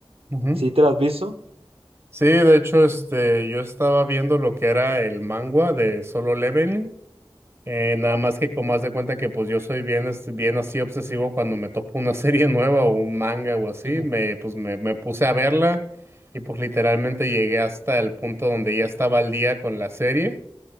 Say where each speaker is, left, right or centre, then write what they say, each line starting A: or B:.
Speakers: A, on the right (about 25°); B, on the right (about 80°).
A: ujú.
B: ¿Sí te la has visto?
A: Sí, de hecho, este, yo estaba viendo lo que era el manga de Solo Leveling. Eh, nada más que como haz de cuenta que pues yo soy bien, este, bien así obsesivo cuando me topo una <laughs> serie nueva o un manga o así,
B: Ajá.
A: me, pues me, me puse a verla y pues literalmente llegué hasta el punto donde ya estaba al día con la serie.